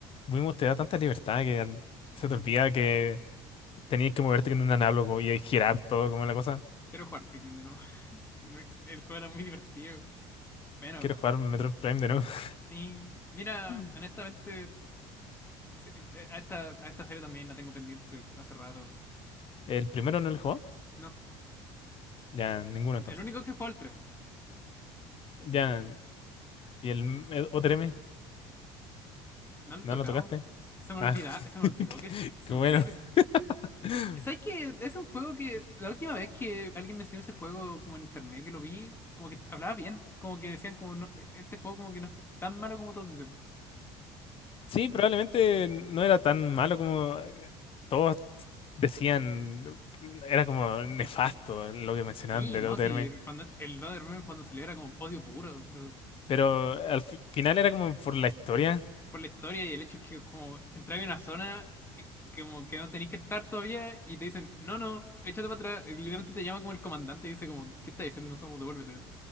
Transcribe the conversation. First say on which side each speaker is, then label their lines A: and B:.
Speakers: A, on the left; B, on the left.
A: Wiimote te da tanta libertad que al- se te
B: Mm,
A: olvida que tenías que moverte con un análogo y girar todo como la cosa.
B: Quiero jugar Pikmin de nuevo. <laughs> No ex- El juego era muy divertido. Bueno,
A: Quiero jugar Metroid Prime de nuevo. <laughs>
B: sí. Mira,
A: Mm.
B: honestamente, se- te- a esta, a esta serie también la tengo pendiente hace rato.
A: ¿El primero no lo jugó?
B: No,
A: Ya, ninguno entonces.
B: el único que jugó el tres
A: Ya, ¿y el m- el otro M?
B: No lo he
A: ¿No
B: tocado.
A: lo tocaste?
B: Se, se me
A: Ah,
B: olvida, se
A: <laughs>
B: me
A: qué
B: olvidó que se
A: qué
B: me
A: bueno.
B: olvida que
A: <laughs>
B: ¿Sabes que es un juego que la última vez que alguien mencionó ese juego como en internet que lo vi, como que hablaba bien, como que decían como no, e- este juego como que no es tan malo como todos dicen.
A: Sí, probablemente no era tan malo como eh, todos decían. Era como nefasto lo que mencionaban
B: Sí,
A: de
B: no,
A: Dota
B: sí,
A: Hermes,
B: cuando el Meme cuando salió era como odio puro, pero
A: Pero al fi- final era como por la historia.
B: por la historia y el hecho es que como entrar en una zona y- como que no tenéis que estar todavía y te dicen, no, no, échate para atrás, y literalmente te llama como el comandante y dice como, ¿qué estás diciendo? Somos, devuélvete,